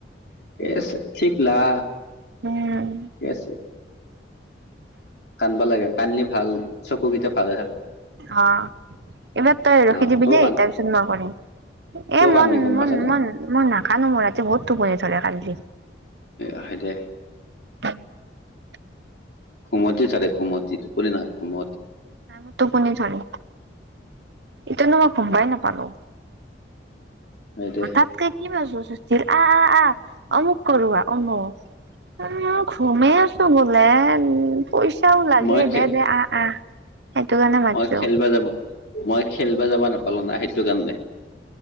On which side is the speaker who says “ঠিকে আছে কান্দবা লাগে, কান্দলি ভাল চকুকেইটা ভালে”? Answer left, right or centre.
Left